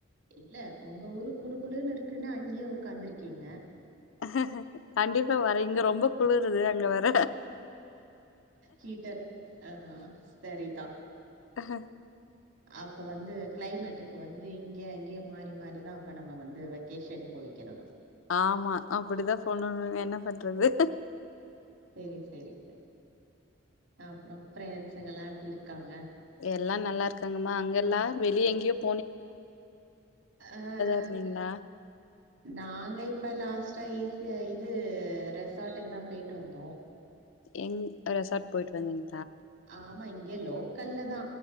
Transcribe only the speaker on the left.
ஹ ஹ கண்டிப்பா வரை இங்க ரொம்ப குளுருது அங்க வற
ஹ ஹ ஹ
ஆமா அப்புடிதான் போனு இனிமே என்ன பண்றது
எல்லா நல்லா இருக்காங்கம்மா அங்க எல்லா வெளிய எங்கையும்
இருந்தீங்களா
எங் ரெசார்ட் போயிட்டு வந்தீங்க